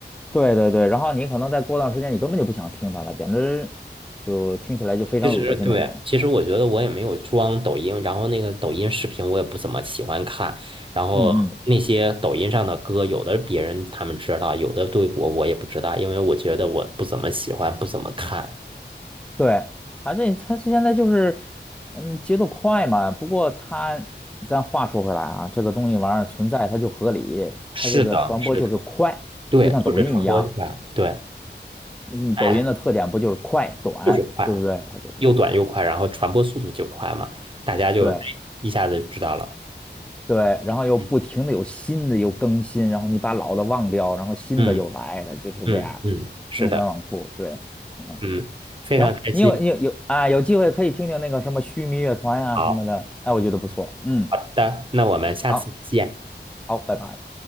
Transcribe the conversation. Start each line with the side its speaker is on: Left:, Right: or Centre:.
Centre: 对对对，然后你可能再过段时间，你根本就不想听它了，简直就听起来就非常恶心那种。
Right: 其实对，其实我觉得我也没有装抖音，然后那个抖音视频我也不怎么喜欢看，然后那些抖音上的歌，
Centre: 嗯嗯
Right: 有的别人他们知道，有的对我我也不知道，因为我觉得我不怎么喜欢，不怎么看。
Centre: 对，啊，这他现在就是，嗯，节奏快嘛。不过他，咱话说回来啊，这个东西玩意儿存在，它就合理，
Right: 是的，
Centre: 它这个传播就是快，
Right: 是的，对，
Centre: 就像抖音一样，
Right: 就是传播快，对，
Centre: 嗯，
Right: 哎，
Centre: 抖音的特点不就是快短，
Right: 就是快，
Centre: 对不对？它就是
Right: 又短又快，然后传播速度就快嘛，大家就哎一下子知道了。
Centre: 对对，然后又不停的有新的又更新，
Right: 嗯
Centre: 然后你把老的忘掉，然后新的又来，
Right: 嗯
Centre: 它就是这样循环往复。
Right: 嗯嗯，是的，
Centre: 对，嗯，
Right: 嗯，非常开心。
Centre: 行，你有你有有啊，有机会可以听听那个什么须弥乐团呀、
Right: 好，
Centre: 什么的，哎，我觉得不错，
Right: 嗯好的，
Centre: 嗯。
Right: 那我们下次见。
Centre: 好。好，拜拜。